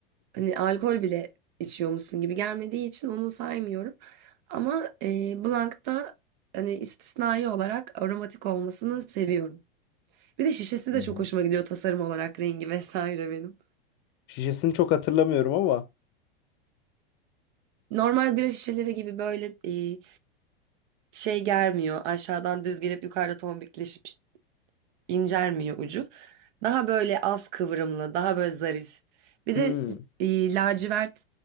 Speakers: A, on the right (about 55°); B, on the left (about 40°).
A: Hani alkol bile içiyormuşsun gibi gelmediği için onu saymıyorum. Ama e, Blanc'ta hani istisnai olarak aromatik olmasını seviyorum. Bir de şişesi
B: Hı
A: de
B: hı.
A: çok hoşuma gidiyor tasarım olarak rengi vesaire benim.
B: Şişesini çok hatırlamıyorum ama
A: Normal bira şişeleri gibi böyle e, şey germiyor. Aşağıdan düz gelip yukarıda tombikleşip incelmiyor ucu. Daha böyle az kıvrımlı, daha böyle zarif. Bir
B: Hmm.
A: de e, lacivert